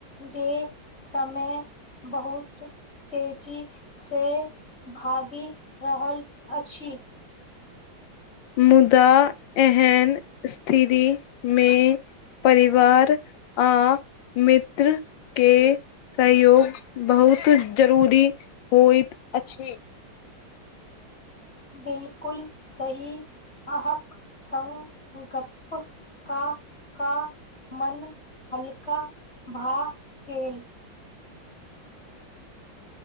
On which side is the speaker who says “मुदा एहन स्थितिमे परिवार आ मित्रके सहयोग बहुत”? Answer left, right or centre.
Left